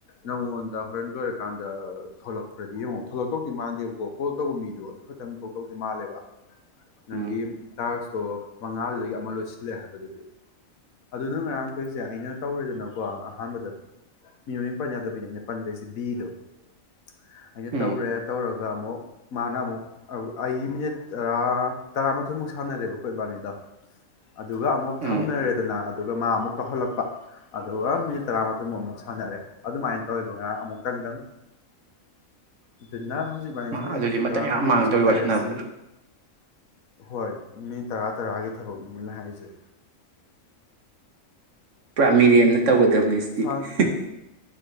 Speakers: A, on the left; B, on the right.
A: ꯅꯪꯉꯣꯟꯗ ꯍꯣꯔꯦꯟ ꯂꯣꯏꯔ ꯀꯥꯟꯗ ꯊꯣꯂꯛꯄ꯭ꯔꯗꯤ ꯌꯦꯡꯉꯣ ꯊꯣꯛꯣꯂꯛꯇꯧꯗꯤ ꯃꯥꯟꯗꯦꯕꯀꯣ ꯀꯣꯜ ꯇꯧꯕ ꯃꯤꯗꯣ ꯑꯗꯨ ꯈꯛꯇꯪ ꯊꯣꯛꯇꯧꯇꯤ ꯃꯥꯜꯂꯦꯕ ꯅꯪꯒꯤ
B: ꯎꯝ
A: ꯇꯥꯛꯁ ꯑꯣ ꯃꯉꯥꯗꯨꯗꯒꯤ ꯑꯃ ꯂꯣꯏꯁꯤꯜꯂꯦ ꯍꯥꯏꯕꯗꯨꯗꯤ ꯑꯗꯨ ꯅꯪ ꯉꯔꯥꯡ ꯇꯧꯔꯤꯁꯦ ꯑꯩꯅ ꯇꯧꯔꯦꯗꯅꯀꯣ ꯑꯍꯥꯟꯕꯗ ꯃꯤ ꯃꯃꯤꯡ ꯄꯟ ꯌꯥꯗꯕꯩꯅꯤ ꯑꯩꯅ ꯄꯟꯗꯔꯤꯁꯦ ꯕꯤꯗꯣ <inaudible> ꯑꯩꯅ ꯇꯧꯔꯦ
B: ꯎꯝ
A: ꯇꯧꯔꯒ ꯑꯗꯨꯒ ꯑꯃꯨꯛ ꯃꯥꯅ ꯑꯃꯨꯛ ꯑꯩ ꯃꯤꯅꯤꯠ ꯇꯔꯥ ꯇꯔꯥꯃꯥꯊꯣꯏꯃꯨꯛ ꯁꯥꯟꯅꯔꯦꯕꯀꯣ ꯏꯕꯥꯅꯤꯗꯣ ꯑꯗꯨꯒ ꯑꯃꯨꯛ
B: ꯎꯝ
A: ꯊꯝꯅꯔꯦꯗꯅ ꯑꯗꯨꯒ ꯃꯥ ꯑꯃꯨꯛ ꯇꯧꯍꯜꯂꯛꯄ ꯑꯗꯨꯒ ꯃꯤꯅꯤꯠ ꯇꯔꯥꯃꯊꯣꯏꯃꯨꯛ ꯑꯃꯨꯛ ꯁꯥꯟꯅꯔꯦ ꯑꯗꯨꯃꯥꯏꯅ ꯇꯧꯋꯦꯕ ꯉꯔꯥꯡ ꯑꯃꯨꯛꯇꯪꯒꯪ <unintelligible> ꯅ ꯍꯧꯖꯤꯛꯕꯥꯅꯤ
B: ꯃꯥ
A: ꯁꯥꯟꯅꯩꯁꯤꯁꯨ
B: ꯑꯗꯨꯗꯤ ꯃꯇꯝ
A: ꯇꯔꯥꯃꯥꯊꯣꯏꯃꯨꯛ
B: ꯌꯥꯝ ꯃꯥꯡꯗꯣꯔꯤ
A: ꯁꯥꯟꯅꯔꯁꯤ
B: ꯋꯥꯏꯁꯥꯟꯅꯕꯗ
A: ꯍꯣꯏ ꯃꯤ ꯇꯔꯥ ꯇꯔꯥꯒꯤ ꯊꯕꯛꯅꯦ <unintelligible> ꯍꯥꯏꯖꯩ
B: ꯥ ꯃꯤꯔꯦꯝꯅ ꯇꯧꯒꯗꯕ <unintelligible>
A: ꯁꯥ